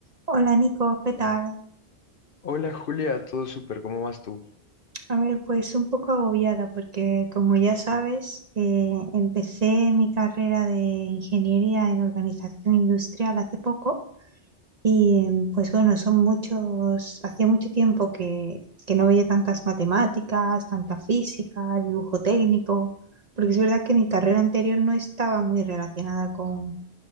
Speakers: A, on the right; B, on the left.
A: Hola Nico, ¿qué tal?
B: Hola Julia, todo súper, ¿cómo vas tú?
A: A ver, pues un poco agobiada porque como ya sabes, eh, empecé mi carrera de ingeniería en organización industrial hace poco y em, pues bueno, son muchos, hacía mucho tiempo que, que no veía tantas matemáticas, tanta física, dibujo técnico, porque es verdad que mi carrera anterior no estaba muy relacionada con,